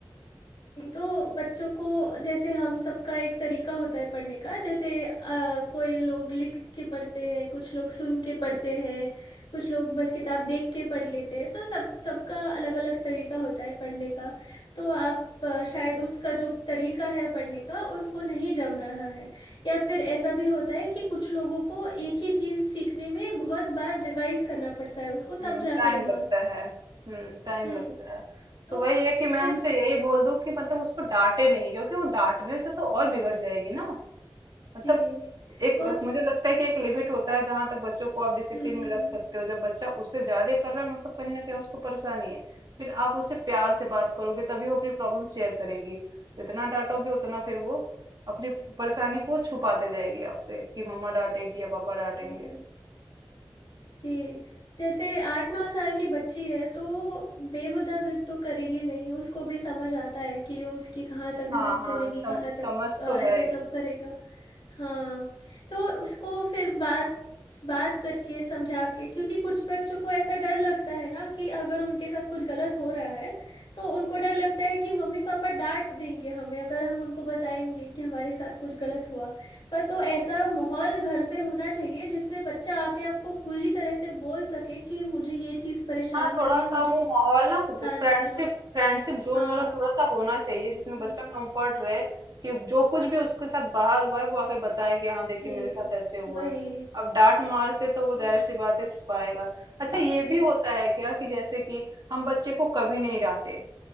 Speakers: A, on the left; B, on the right.
A: जी, तो बच्चों को जैसे हम सबका एक तरीका होता है पढ़ने का जैसे अ, कोई लोग लिख के पढ़ते हैं कुछ लोग सुन के पढ़ते हैं कुछ लोग बस किताब देख के पढ़ लेते हैं तो सब सबका अलग अलग तरीका होता है पढ़ने का तो आप अ, शायद उसका जो तरीका है पढ़ने का उसको नहीं जम रहा है या फिर ऐसा भी होता है कि कुछ लोगों को एक ही चीज़ सीखने में बहुत बार रिवाइज करना पड़ता है उसको
B: हम्म
A: तब जाके
B: टाइम
A: दिमाग
B: लगता है हम्म टाइम
A: हम्म
B: लगता है
A: तो
B: तो वही है कि मैं
A: फिर
B: उनसे यही बोल दूं कि मतलब उसको डांटे नहीं क्योंकि वो डांटने से तो और बिगड़ जाएगी ना मतलब
A: जी
B: एक
A: बहुत
B: मुझे लगता है कि एक लिमिट होता है जहां तक बच्चों को आप डिसिप्लिन
A: हम्म
B: में
A: हम्म
B: रख सकते हो जब बच्चा उससे ज्यादा कर रहा है मतलब कहीं ना कहीं उसको परेशानी है फिर आप उससे प्यार से बात करोगे तभी वो अपनी प्रॉब्लम शेयर करेगी जितना डांटोगे उतना फिर वो अपनी परेशानी को छुपाते जाएगी आपसे कि मम्मा डांटेगी या पापा डांटेंगे
A: हम्म, जी जैसे आठ नौ साल की बच्ची है तो वो बेहुदा जिद तो करेगी नहीं उसको भी समझ आता है कि उसकी कहाँ तक
B: हाँ
A: जिद
B: हाँ
A: चलेगी
B: सम,
A: कहाँ
B: समझ
A: तक अ,
B: तो
A: ऐसा
B: है
A: सब करेगा हाँ तो उसको फिर बात बात करके समझा के क्योंकि कुछ बच्चों को ऐसा डर लगता है ना कि अगर उनके साथ कुछ गलत हो रहा है तो उनको डर लगता है कि मम्मी पापा डांट देंगे हमें अगर हम उनको बताएंगे कि हमारे साथ कुछ गलत हुआ पर तो ऐसा माहौल घर पे होना चाहिए जिसमें बच्चा आके आपको खुली तरह से बोल सके कि मुझे ये चीज परेशान
B: हाँ थोड़ा-सा
A: करिए मुझे
B: वो
A: इंसान
B: माहौल ना फ्रेंडशिप
A: का
B: फ्रेंडशिप जोन
A: हाँ
B: वाला थोड़ा-सा होना चाहिए जिसमें
A: जी
B: बच्चा कंफर्ट रहे कि जो कुछ भी उसके साथ बाहर हुआ है वो आके बताए कि हाँ
A: जी
B: देखिए मेरे साथ ऐसे हुआ
A: वही
B: है। अब डांट मार से तो वो
A: हम्म
B: जाहिर सी बात है छुपाएगा। अच्छा
A: हम्म
B: ये भी होता है क्या कि जैसे कि हम बच्चे को कभी नहीं डांटे